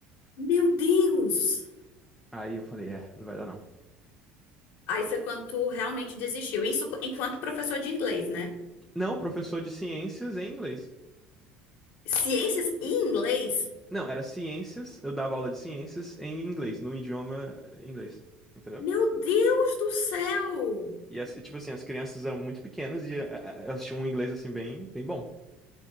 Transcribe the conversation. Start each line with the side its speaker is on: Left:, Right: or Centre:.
Left: Meu Deus!
Centre: Aí eu falei, é, não vai dar não.
Left: Aí foi quando tu realmente desistiu. Isso enquanto professor de inglês, né?
Centre: Não, professor de ciências em inglês.
Left: Ciências e inglês?
Centre: Não, era ciências, eu dava aula de ciências em inglês, no idioma inglês. Entendeu?
Left: Meu Deus do céu!
Centre: E, as- e, tipo assim, as crianças eram muito pequenas e a- a- elas tinham um inglês, assim, bem, bem bom.